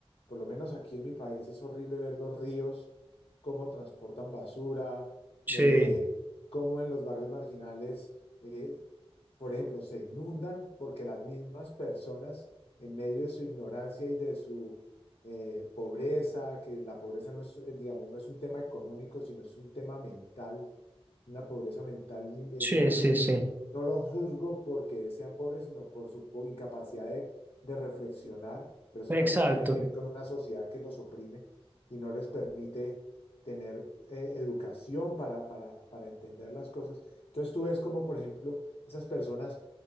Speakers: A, on the left; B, on the right.
A: por lo menos aquí en mi país es horrible ver los ríos, cómo transportan basura,
B: sí,
A: eh, cómo en los barrios marginales eh, por ejemplo, se inundan porque las mismas personas, en medio de su ignorancia y de su eh, pobreza, que la pobreza no es, eh, digamos, no es un tema económico, sino es un tema mental, una pobreza mental eh,
B: sí,
A: terrible.
B: sí, sí,
A: No los juzgo porque sean pobres, sino por su po- incapacidad de, de reflexionar, pero eso
B: exacto.
A: también tiene que ver con una sociedad que los oprime y no les permite tener eh, educación para, para, para entender las cosas. Entonces tú ves como, por ejemplo, esas personas